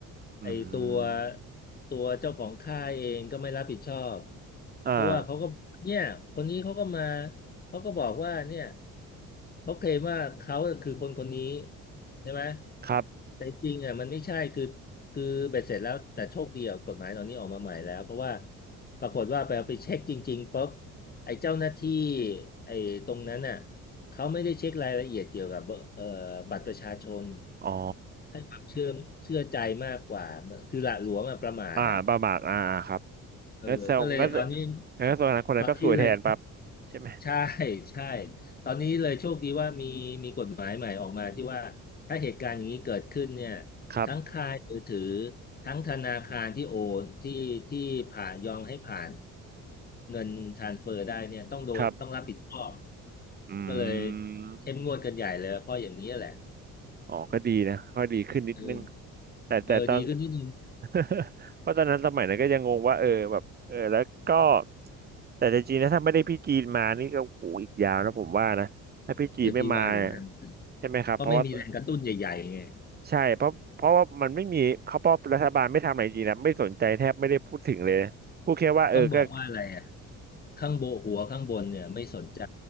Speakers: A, on the right (about 30°); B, on the left (about 30°).
A: อื
B: ไอ้ตัว
A: ม
B: ตัวเจ้าของค่ายเองก็ไม่รับผิดชอบ
A: อ่า
B: เพราะว่าเขาก็เนี่ยคนนี้เขาก็มาเขาก็บอกว่าเนี่ยเขาเคลมว่าเขาคือคนคนนี้ใช่ไหม
A: ครับ
B: แต่จริงอ่ะมันไม่ใช่คือคือเบ็ดเสร็จแล้วแต่โชคดีอ่ะกฎหมายตอนนี้ออกมาใหม่แล้วเพราะว่าปรากฏว่าไปเอาไปเช็คจริงๆปุ๊บ ไอ้เจ้าหน้าที่ไอ้ตรงนั้นน่ะเขาไม่ได้เช็ครายละเอียดเกี่ยวกับเอ่อบัตรประชาชน
A: อ๋อ
B: ให้ความเชื่อเชื่อใจมากกว่าคือหละหลวมอะประมาทอ่ะ
A: อ่าประมาทอ่าอ่า ครับ
B: เออก็เลยตอนนี้
A: งั้นแซวงั้นงั้นแสดงคนนั้นก็สวยแทนปั๊บ
B: ตอนนี้เลย <laughs>
A: ใช่ไหม
B: ใช่ใช่ตอนนี้เลยโชคดีว่ามีมีกฎหมายใหม่ออกมาที่ว่าถ้าเหตุการณ์อย่างนี้เกิดขึ้นเนี่ย
A: ครับ
B: ทั้งค่ายมือถือทั้งธนาคารที่โอนที่ที่ผ่านยอมให้ผ่านเงินทรานสเฟอร์ได้เนี่ยต้องโดนต้องรับผิดชอบ
A: ครับอืม
B: ก็เลยเข้มงวดกันใหญ่เลยเพราะอย่างนี้แหละ
A: อ๋อก็ดีนะก็ดีขึ้นนิดนึง
B: เออ
A: แต่แต่ตอน
B: เออดีขึ้นนิดนึง
A: <laughs> เพราะตอนนั้นสมัยนั้นก็ยังงงว่าเออแบบเออแล้วก็ แต่จริงๆนะถ้าไม่ได้พี่จีนมานี่ก็โอ้โหอีกยาวนะผมว่านะถ้าพี่จีนไม่มาเนี่ย
B: เดี๋ยวพี่ว่าอย่างนั้น
A: ใช่ไหมครับเพราะว่า
B: เพราะไม่มีแรงกระตุ้นใหญ่ๆไง
A: ใช่เพราะเพราะว่ามันไม่มีเขาเพราะรัฐบาลไม่ทำอะไรจริงนะไม่สนใจแทบไม่ได้พูดถึงเลยพูดแค่ว่าเออก็
B: ต้องบอกว่าอะไรอ่ะข้างบนหัวข้างบนเนี่ยไม่สนใจ